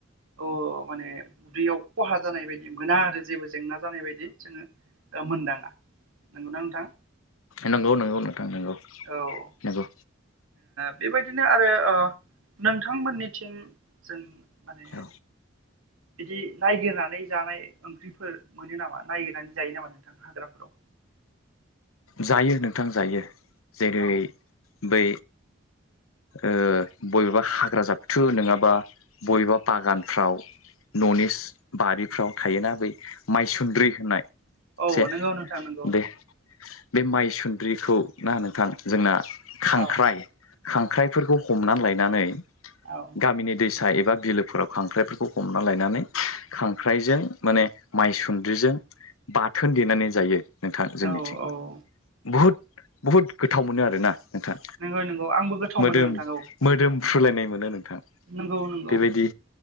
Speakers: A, on the right; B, on the left.
A: ओ माने उदैयाव खहा जानाय बायदि मोना आरो जेबो जेंना जानाय बायदि जोङो मोनदाङा। नंगौना नोंथां?
B: नंगौ नंगौ नोंथां नंगौ।
A: औ।
B: नंगौ
A: बेबायदिनो आरो नोंथांमोननिथिं जों माने
B: औ
A: बिदि नायगिरनानै जानाय ओंख्रिफोर मोनो नामा नायगिरनानै जायो नामा नोंथाङा हाग्राफोराव?
B: जायो नोंथां जायो। जेरै
A: औ
B: बै ओ बबेबा हाग्रा जाबथु नङाबा बबेबा बागानफ्राव न'नि बारिफ्राव थायोना बै मायसुन्द्रि होननाय
A: औ
B: से
A: नंगौ नोंथां नंगौ।
B: बे बे माइसुन्द्रिखौ ना नोंथां जोंना खांख्राइ
A: औ
B: खांख्राइफोरखौ हमनानै लायनानै
A: औ
B: गामिनि दैसा एबा एबा बिलोफोराव खांख्राइफोरखौ हमना लायनानै खांख्राइजों माने माइसुन्द्रिजों बाथोन देनानै जायो। नोंथां जोंनिथिं
A: औ औ
B: बहुद बुहुद गोथाव मोनो आरोना नोंथां
A: नंगौ नंगौ आंबो गोथाव
B: मोदोम
A: मोनो नोंथां औ
B: मोदोम फ्रु लायनाय मोनो नों थां
A: नंगौ नंगौ
B: बेबायदि